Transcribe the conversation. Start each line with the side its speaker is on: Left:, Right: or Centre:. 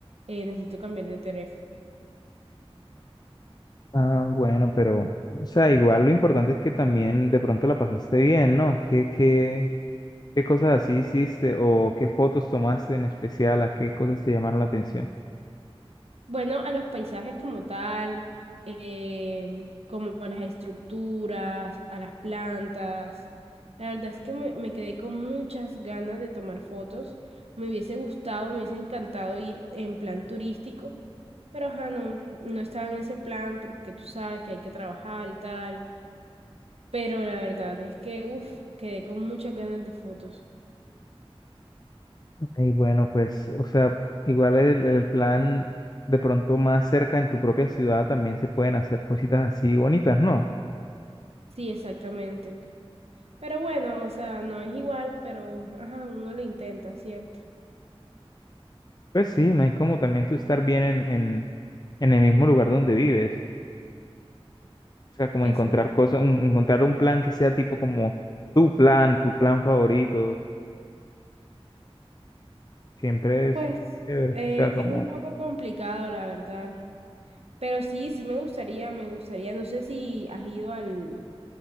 Right: eh, necesito cambiar de teléfono.
Left: Ah, bueno, pero, o sea, igual lo importante es que también de pronto la pasaste bien, ¿no? ¿Qué, qué, qué cosas así hiciste o qué fotos tomaste en especial, a qué cosas te llamaron la atención?
Right: Bueno, a los paisajes como tal, eh, como a las estructuras, a las plantas. La verdad es que me, me quedé con muchas ganas de tomar fotos. Me hubiese gustado, me hubiese encantado ir en plan turístico Pero ajá, no, no estaba en ese plan porque tú sabes que hay que trabajar y tal. Pero la verdad es que, uff, quedé con muchas ganas de fotos.
Left: Y bueno, pues, o sea, igual el, el plan de pronto más cerca en tu propia ciudad también se pueden hacer cositas así bonitas, ¿no?
Right: Sí, exactamente. Pero bueno, o sea, no es igual, pero ajá, uno lo intenta, ¿cierto?
Left: Pues sí, no es como también tú estar bien en, en, en el mismo lugar donde vives. O sea, como encontrar
Right: Exacto.
Left: cosas, un- encontrar un plan que sea tipo como tu plan, tu plan favorito, siempre es
Right: Pues
Left: chévere.
Right: eh,
Left: O sea, como,
Right: es un poco complicado, la verdad. Pero sí, sí me gustaría, me gustaría. No sé si has ido al